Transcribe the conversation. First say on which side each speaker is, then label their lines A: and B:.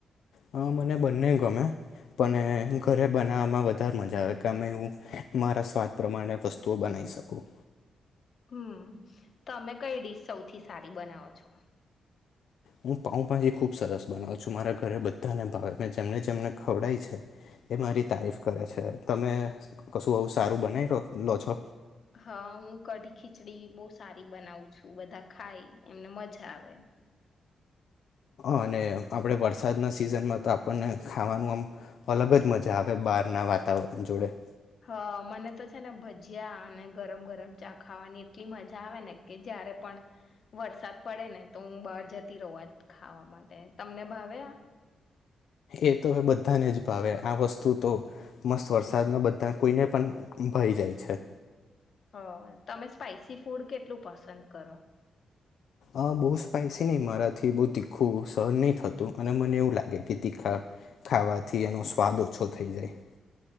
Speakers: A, on the left (about 75°); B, on the left (about 50°).
A: હ મને બંને ગમે પણ ઘરે બનાવવામાં વધારે મજા આવે કે હું મારા સ્વાદ પ્રમાણે વસ્તુઓ બનાવી શકું
B: હમ તમે કઈ ડીશ સૌથી સારી બનાવો છો
A: હું પાઉભાજી ખુબ સરસ બનાવું છું મારા ઘરે બધાને ભાવે મે જેમને જેમને ખવડાય છે એ મારી તારીફ કરે છે તમે કશું આવું સારું બનાવી લો છો
B: હા હું કઢી ખીચડી બહુ સારી બનાવું છું બધા ખાય એમને મજા આવે
A: અને આપણે વરસાદના સિઝનમાં તો આપણને ખાવાનું આમ અલગ જ મજા આવે બહારના વાતાવરણ જોડે
B: હા મને તો છે ને ભજીયા અને ગરમ ગરમ ચા ખાવાની એટલી મજા આવે ને કે જારે પણ વરસાદ પડે ને તો હું બહાર જતી રવા જ ખાવા માટે તમને ભાવે આ
A: એ તો હવે બધાને જ ભાવે આ વસ્તુ તો મસ્ત વરસાદમાં બધા કોઈને પણ ભાઈ જાય છે
B: હ તમે સ્પાઈસી ફૂડ કેટલું પસંદ કરો
A: અ બહુ સ્પાઈસી નહ મારાથી બહ તીખું સહન નહી થતું અને મને એવું લાગે કે તીખા ખાવાથી એનો સ્વાદ ઓછો થઈ જાય